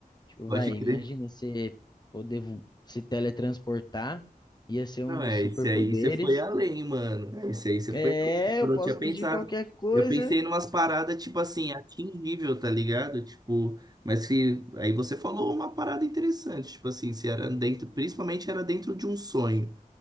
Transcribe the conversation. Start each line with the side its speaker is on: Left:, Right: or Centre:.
Left: Tipo,
Right: Pode
Left: vai,
Right: crer.
Left: imagina você poder vo- se teletransportar, ia ser um
Right: Não,
Left: dos
Right: é,
Left: superpoderes.
Right: esse aí você foi além, mano. É, Esse aí você
Left: É,
Right: foi além. Quando
Left: eu posso
Right: eu não tinha pensado,
Left: pedir qualquer coisa
Right: eu pensei em umas paradas, tipo assim, atingível, tá ligado? Tipo, mas que aí você falou uma parada interessante, tipo assim, se era dentro, principalmente era dentro de um sonho.